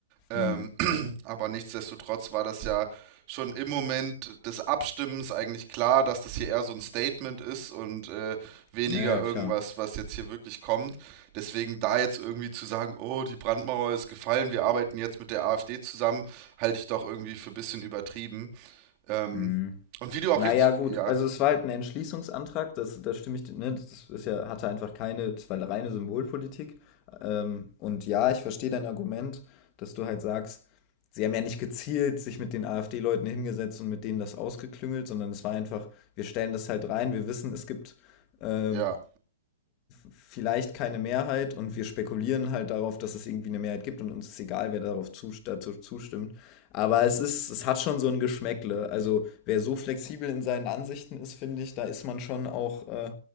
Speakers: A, on the right (about 30°); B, on the left (about 25°).
A: Ähm,
B: hm.
A: aber nichtsdestotrotz war das ja schon im Moment des Abstimmens eigentlich klar, dass das hier eher so ein Statement ist und äh, weniger
B: Naja,
A: irgendwas,
B: klar.
A: was jetzt hier wirklich kommt. Deswegen da jetzt irgendwie zu sagen, oh, die Brandmauer ist gefallen, wir arbeiten jetzt mit der AfD zusammen, halte ich doch irgendwie für ein bisschen übertrieben. Ähm,
B: Hm.
A: und wie du auch
B: Naja,
A: richtig,
B: gut,
A: ja,
B: also es war halt ein Entschließungsantrag, das, das stimme ich, ne, das ist ja, hatte einfach keine, es war reine Symbolpolitik. Ähm, und ja, ich verstehe dein Argument, dass du halt sagst, sie haben ja nicht gezielt sich mit den AfD-Leuten hingesetzt und mit denen das ausgeklüngelt, sondern es war einfach, wir stellen das halt rein, wir wissen, es gibt ähm,
A: ja,
B: vielleicht keine Mehrheit und wir spekulieren halt darauf, dass es irgendwie eine Mehrheit gibt und uns ist egal, wer darauf zu, dazu zustimmt. Aber es ist, es hat schon so ein Geschmäckle. Also wer so flexibel in seinen Ansichten ist, finde ich, da ist man schon auch, äh,